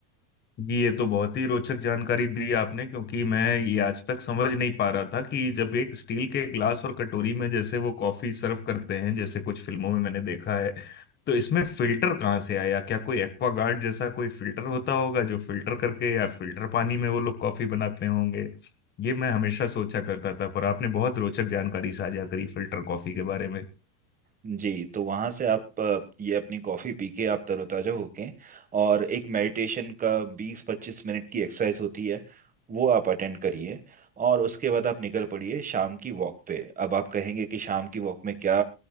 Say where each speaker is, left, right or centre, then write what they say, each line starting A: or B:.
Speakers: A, on the left; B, on the right.
A: ये तो बहुत ही रोचक जानकारी दी आपने क्योंकि मैं ये आज तक समझ नहीं पा रहा था कि जब एक स्टील के ग्लास और कटोरी में जैसे वो कॉफी सर्व करते हैं जैसे कुछ फिल्मों में मैंने देखा है तो इसमें फिल्टर कहाँ से आया क्या कोई एक्वागार्ड जैसा कोई फिल्टर होता होगा जो फिल्टर करके या फिल्टर पानी में वो लोग कॉफी बनाते होंगे ये मैं हमेशा सोचा करता था पर आपने बहुत रोचक जानकारी साझा करी फिल्टर कॉफी के बारे में
B: जी तो वहाँ से आप अ, ये अपनी कॉफ़ी पी के आप तरोताज़ा होके और एक मेडिटेशन का बीस पच्चीस मिनट की एक्सरसाइज होती है वो आप अटेंड करिए और उसके बाद आप निकल पड़िए शाम की वॉक पे अब आप कहेंगे कि शाम की वॉक में क्या